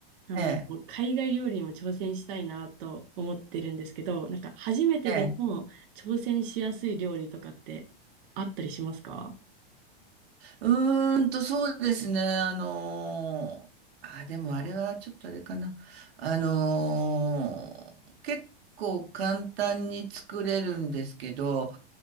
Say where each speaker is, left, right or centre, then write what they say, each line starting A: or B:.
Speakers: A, on the right; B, on the right.
A: あの、
B: ええ、
A: 海外料理にも挑戦したいなと思ってるんですけど、なんか、初めてでも挑戦しやすい料理とかってあったりしますか
B: ええ、うーんと、そうですね。あのーあ、でもあれはちょっとあれかな。あのー結構簡単に作れるんですけど、